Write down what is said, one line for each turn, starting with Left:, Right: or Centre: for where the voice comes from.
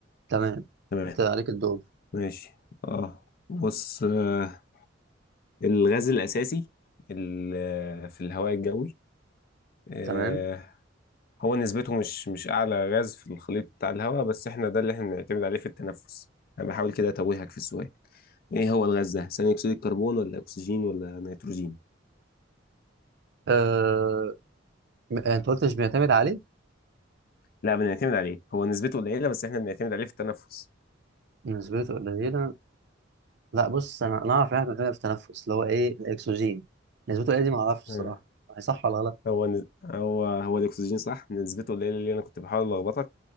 Right: تمام
Left: تمام
Right: انت عليك الدور
Left: ماشي اه بص آه، الغاز الأساسي ال- آه، في الهواء الجوي آه،
Right: تمام
Left: هو نسبته مش مش أعلى غاز في الخليط بتاع الهواء بس احنا ده اللي احنا بنعتمد عليه في التنفس أنا بحاول كده أتوهك في السؤال ايه هو الغاز ده ثاني اكسيد الكربون ولا اكسجين ولا نيتروجين
Right: آه... م- انت قلت مش بيعتمد عليه
Left: لا بنعتمد عليه هو نسبته قليله بس احنا بنعتمد عليه في التنفس
Right: نسبته قليلة لا بص أنا أنا أعرف إحنا بنعمل في التنفس اللي هو إيه الأكسجين نسبته قليلة دي معرفش الصراحة
Left: آه.
Right: هي صح ولا غلط؟
Left: هو نز... هو هو الاكسجين صح نسبته قليله اللي انا كنت بحاول الخبطك